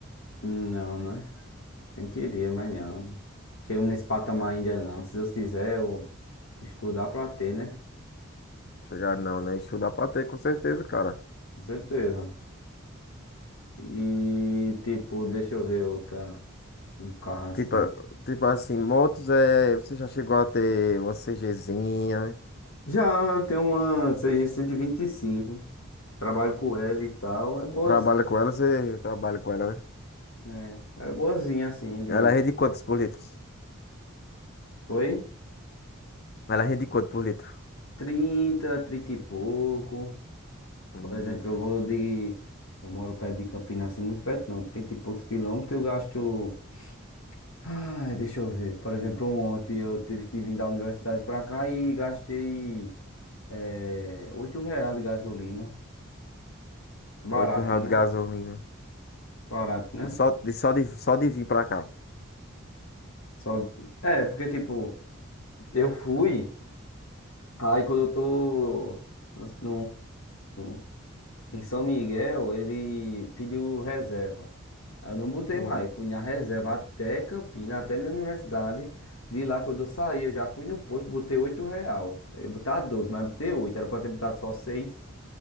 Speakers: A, on the left; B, on the left.
A: não, né? Nem queria, mas não. Chegamos nesse patamar ainda não. Se Deus quiser, eu estudar pra ter, né?
B: Chegar não, né? Isso dá pra ter, com certeza, cara.
A: Com certeza. E, tipo, deixa eu ver outra. Um carro assim.
B: Tipo, tipo assim, motos é. Você já chegou a ter uma CGzinha.
A: Já eu tenho uma CG125. Trabalho com ela e tal. É boa.
B: Trabalha com ela, você trabalha com ela, né?
A: É, é boazinha assim de.
B: Ela rende quantos por litro?
A: Oi?
B: Ela rende quanto por litro?
A: Trinta, trinta e pouco.
B: Hum,
A: Por exemplo, eu vou de. Eu moro perto de Campinas, assim, muito perto não. 30 e poucos quilômetros, eu gasto. Ah, deixa eu ver. Por exemplo, ontem eu tive que vir da universidade pra cá e gastei eh, 8 reais de gasolina. Barato,
B: 8 reais
A: né?
B: de gasolina.
A: Barato, né?
B: Só de, só de, só de vir pra cá.
A: Só... É, porque tipo, eu fui, aí quando eu tô num, num, em São Miguel, ele pediu reserva. Aí eu não botei
B: Hum,
A: mais, fui na reserva até Campinas, até minha universidade. De lá, quando eu saí, eu já fui no posto, botei 8 real. Eu ia botar 12, mas botei 8. era pra ter botado só seis,